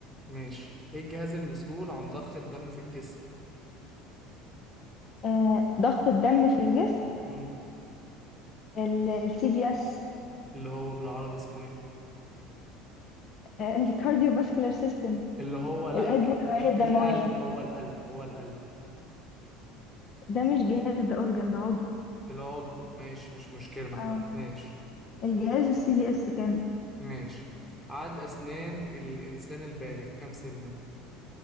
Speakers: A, in the centre; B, on the left.
A: ماشي إيه الجهاز المسؤول عن ضخ الدم في الجسم؟
B: آه ضغط الدم في الجسم
A: مم.
B: السي في اس
A: اللي هو بالعربي اسمه إيه؟
B: الكارديو فاسكولار سيستم
A: اللي هو لأ
B: القلب
A: ج...
B: والاوعيه الدمويه
A: القلب هو القلب هو القلب
B: ده مش جهاز ده اورجان ده عضو
A: العضو ماشي مش مشكلة ما اختلفناش
B: اه الجهاز السي في اس كامل
A: ماشي عدد أسنان الإنسان البالغ كام سنة؟